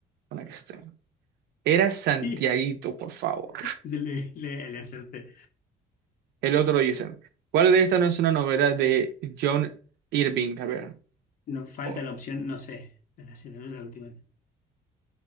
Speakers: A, on the right; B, on the left.
A: para que esté. Era Santiaguito,
B: Y
A: por favor.
B: yo le, le- le acerté.
A: El otro dicen, ¿cuál de estas no es una novela de John Irving? A ver.
B: No falta
A: Oh.
B: la opción, no sé. Para hacer la última.